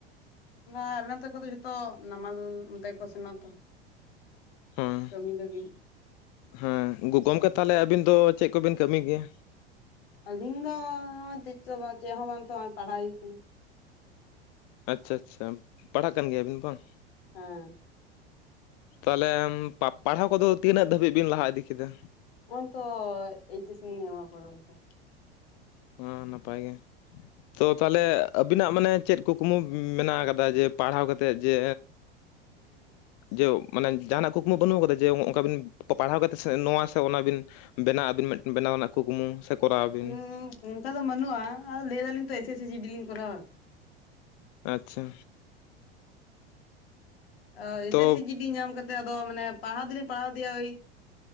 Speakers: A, on the left; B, on the left.
A: ᱟᱞᱮ ᱱᱚᱛᱮ ᱠᱚᱫᱚ ᱡᱷᱚᱛᱚ ᱱᱟᱢᱟᱞ ᱚᱱᱛᱮ ᱜᱮᱠᱚ ᱥᱮᱱᱚᱜᱼᱟᱛᱚ
B: ᱦᱮᱸ
A: ᱠᱟᱹᱢᱤ ᱞᱟᱹᱜᱤᱫ
B: ᱦᱮᱸ ᱜᱚᱢᱠᱮ ᱛᱟᱦᱚᱞᱮ ᱟᱵᱤᱱ ᱫᱚ ᱪᱮᱫ ᱠᱚᱵᱤᱱ ᱠᱟᱹᱢᱤ ᱜᱮᱭᱟ
A: ᱟᱹᱞᱤᱧ ᱫᱚ ᱪᱮᱫ ᱪᱮᱫ ᱦᱚᱸ ᱵᱟᱝ ᱛᱚ ᱯᱟᱲᱦᱟᱣ ᱦᱩᱭᱩᱜ ᱠᱟᱱᱟ
B: ᱟᱪᱪᱷᱟ ᱟᱪᱪᱷᱟ ᱯᱟᱲᱦᱟᱜ ᱠᱟᱱ ᱜᱮᱭᱟᱵᱤᱱ ᱵᱟᱝ
A: ᱦᱮᱸ
B: ᱛᱟᱦᱚᱞᱮ ᱯᱟᱲᱦᱟᱣ ᱠᱚᱫᱚ ᱛᱤᱱᱟᱹᱜ ᱫᱷᱟᱹᱵᱤᱡ ᱵᱤᱱ ᱞᱟᱦᱟ ᱤᱫᱤ ᱠᱮᱫᱟ
A: ᱱᱚᱭ‌‌ᱚᱭ ᱛᱚ ᱮᱭᱤᱪ ᱮᱥ ᱞᱤᱧ ᱮᱢᱟ ᱯᱚᱨᱮᱨ ᱵᱚᱪᱷᱚᱨ
B: ᱦᱩᱸ ᱱᱟᱯᱟᱭ ᱜᱮ ᱛᱚ ᱛᱟᱦᱚᱞᱮ ᱟᱵᱤᱱᱟᱜ ᱢᱟᱱᱮ ᱪᱮᱫ ᱠᱩᱠᱢᱩ ᱢᱮᱱᱟᱜ ᱠᱟᱫᱟ ᱡᱮ ᱯᱟᱲᱦᱟᱣ ᱠᱟᱛᱮᱫ ᱡᱮ ᱡᱮ ᱢᱟᱱᱮ ᱡᱟᱦᱟᱸᱱᱟᱜ ᱠᱩᱠᱢᱩ ᱵᱟᱹᱱᱩᱜ ᱟᱠᱟᱫᱟ ᱡᱮ ᱚᱱᱠᱟ ᱵᱤᱱ ᱯᱟᱲᱦᱟᱣ ᱠᱟᱛᱮ ᱱᱚᱣᱟ ᱥᱮ ᱚᱱᱟ ᱵᱤᱱ ᱵᱮᱱᱟᱣ ᱟᱹᱵᱤᱱ‌ ᱵᱮᱱᱟᱣ ᱨᱮᱱᱟᱜ ᱠᱩᱠᱢᱩ ᱥᱮ ᱠᱚᱨᱟᱣᱼᱟ ᱵᱤᱱ
A: ᱦᱩᱸ ᱚᱱᱠᱟ ᱫᱚ ᱵᱟᱹᱱᱩᱜᱼᱟ ᱟᱫᱚ ᱞᱟᱹᱭ ᱫᱟᱞᱤᱧ ᱛᱚ S S C G D ᱞᱤᱧ ᱠᱚᱨᱟᱣᱟ
B: ᱟᱪᱪᱷᱟ
A: ᱚ ᱮᱥᱮᱥ
B: ᱛᱚ
A: ᱥᱤ ᱡᱤᱰᱤ ᱧᱟᱢ ᱠᱟ ᱠᱟᱛᱮᱫ ᱟᱫᱚ ᱢᱟᱱᱮ ᱯᱟᱲᱦᱟᱣ ᱫᱚᱞᱤᱧ ᱯᱟᱲᱦᱟᱣ ᱤᱫᱤᱭᱟ ᱳᱭ